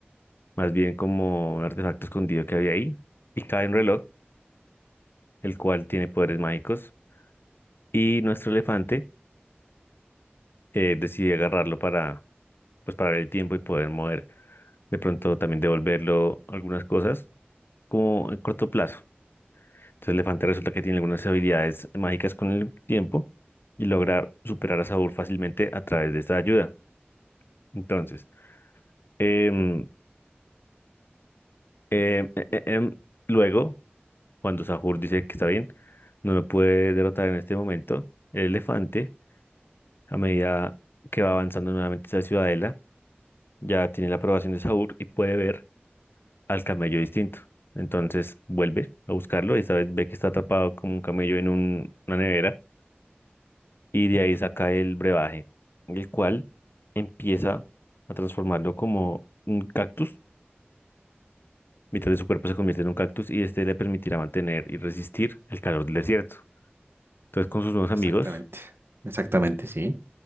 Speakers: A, on the left; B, on the right.
A: más bien como un artefacto escondido que había ahí, y cae un reloj, el cual tiene poderes mágicos, y nuestro elefante eh, decide agarrarlo para, pues, parar el tiempo y poder mover, de pronto también devolverlo algunas cosas, como en corto plazo. Entonces el elefante resulta que tiene algunas habilidades mágicas con el tiempo y logra superar a Saúl fácilmente a través de esta ayuda. Entonces, em, em, em, em, luego... Cuando Sahur dice que está bien, no lo puede derrotar en este momento. El elefante, a medida que va avanzando nuevamente hacia la ciudadela, ya tiene la aprobación de Sahur y puede ver al camello distinto. Entonces vuelve a buscarlo y esta vez ve que está atrapado como un camello en un- una nevera y de ahí saca el brebaje, el cual empieza a transformarlo como un cactus. Mitad de su cuerpo se convierte en un cactus y este le permitirá mantener y resistir el calor del desierto. Entonces, con sus nuevos
B: Exactamente,
A: amigos
B: exactamente, sí.